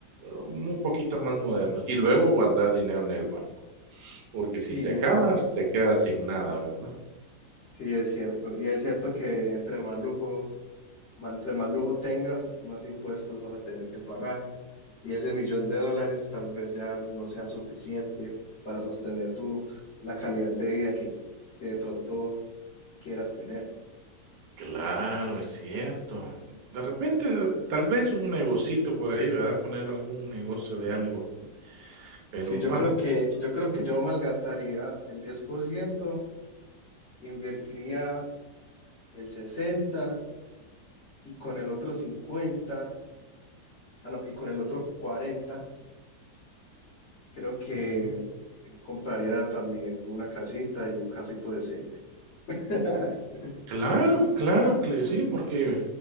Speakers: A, on the right (about 85°); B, on the left (about 55°).
A: un poquito más modernos. Y luego guardar dinero en el banco, porque
B: Sí,
A: si se acaba,
B: eso sí,
A: te quedas sin nada, ¿verdad?
B: sí es cierto. Y es cierto que entre más lujo, ma- entre más lujo tengas, más impuestos vas a tener que pagar. Y ese millón de dólares tal vez ya no sea suficiente para sostener tu, la calidad de vida que, que de pronto quieras tener.
A: Claro, es cierto. De repente, tal vez un negocito por ahí, ¿verdad? Poner algún negocio de algo, pero
B: Sí, yo
A: vamos.
B: creo que, yo creo
A: Ujú,
B: que yo malgastaría el 10%, invertiría el 60 y con el otro 50, ah, no, y con el otro 40, creo que
A: ujú.
B: compraría también una casita y un carrito decente. <laughs>
A: Claro, claro que sí, porque